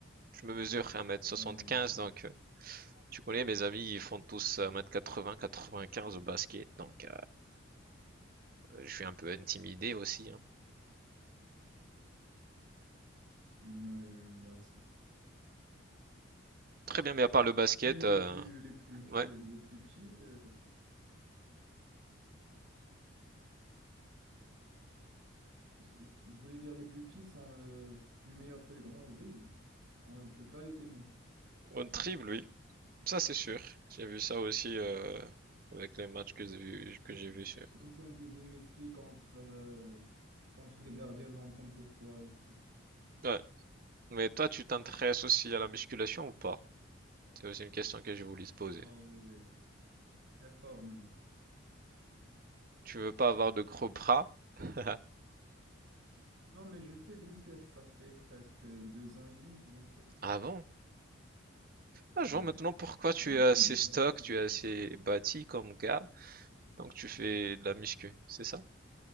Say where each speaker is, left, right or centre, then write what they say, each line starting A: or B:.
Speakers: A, on the right (about 45°); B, on the right (about 70°).
A: Je me mesure 1m75,
B: Ouais, ouais.
A: donc euh, tu connais, mes amis, ils font tous 1m80, 95 au basket, donc euh, je suis un peu intimidé aussi. hein.
B: Mm, ouais, ouais, moi aussi.
A: Très bien, mais à part le basket,
B: Mais
A: euh,
B: les plus, les plus,
A: ouais,
B: les plus petits, euh, je voulais dire les plus petits sont euh, plus meilleurs que les grands au dribble. On ne peut pas les tenir.
A: on triple, oui. Ça, c'est sûr. J'ai vu ça aussi euh, avec les matchs que j'ai vus.
B: Donc,
A: que j'ai
B: C'est
A: vu sur-
B: c'est comme si on disait Messi contre, euh, contre les gardiens longs comme Courtois et tout.
A: Ouais. Mais toi, tu t'intéresses aussi à la musculation ou pas? C'est aussi une question que je voulais te poser.
B: Ah ouais, ouais, ouais. Très fort même.
A: Tu veux pas avoir de gros bras? <laughs>
B: Non, mais je fais des musculations, ça fait presque deux ans et demi que j'en fais.
A: Ah bon? Ah, je
B: Ouais,
A: vois maintenant pourquoi
B: j'ai
A: tu
B: un
A: es
B: petit
A: assez
B: niveau.
A: stock, tu es assez bâti comme gars. Donc tu fais de la muscu, c'est ça?